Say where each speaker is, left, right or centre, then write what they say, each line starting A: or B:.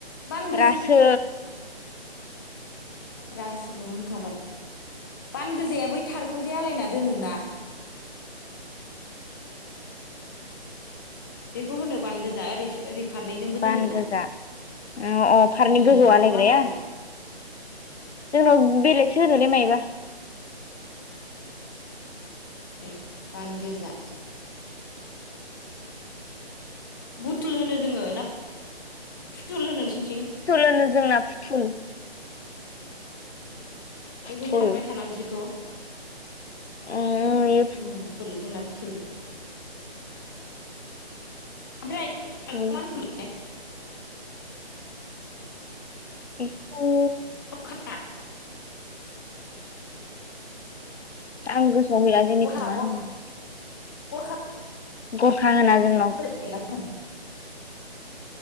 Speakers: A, on the left (about 20°); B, on the left (about 85°).
A: बान
B: रासो।
A: रांसोखौ होनखांबाय बान गोजाया बै तारखौ जे आलायना दोनोना बेखौ होनो बान गोजा ओरैसो ओरै ‌ फारनैजोंबो
B: बान
A: दोनोना
B: गोजा अ अ फारनै
A: उम
B: गोजौ
A: थारखौ
B: आलायग्राया
A: आलायग्रा।
B: जोंनाव बेलेगसो होनोलै मायबा।
A: ए बान गोजा। बुथुल होनो जोङो ना फुथुल होनो नोंसोरनिथिं?
B: फुथुल होनो जोंना फुथुल। फुथुल
A: बेखौ जे नारबाय थानांगौ जिखौ।
B: उम इयो
A: उम फुथुल जोंना फुथुल। आमफ्राय <unintelligible>
B: फुथुल बेखौ
A: <unintelligible>
B: आं गोसोआवनो गैला जोंनिथिं
A: गरखा
B: मा होनोमोन।
A: गरखा
B: गरखा होना जोंनाव‌।
A: <unintelligible>